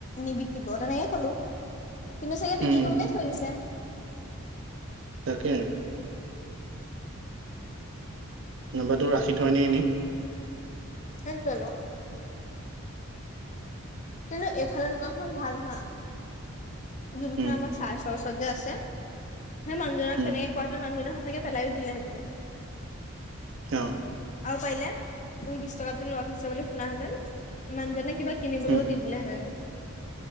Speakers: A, on the left; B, on the right.
A: নিবিকিব তেনেকে কলো। কিন্ত চাগে বিক্ৰী
B: উম, উম,
A: কৰিবলে থৈ দিছে।
B: তাকে। নাম্বাৰটো ৰাখি থও নে এনেই।
A: <unintelligible> কিন্তু এইফালৰ দোকানখন ভাল হা। যোনখন
B: উম,
A: আমাৰ চাৰে চৰচটি যে আছে। সেই মানুহজনক
B: উম,
A: তেনেকে কোৱা হেতে'ন মানুহজনে সঁচাকে পেলাই দিলেহেঁতেন।
B: অ',
A: আৰু পাৰিলে মোৰ বিশ টকাটো লৈ থৈছে বুলি শুনা হেতেন, মানুজনে কিবা কিনিবলৈও
B: উম,
A: দি দিলে হেতেন।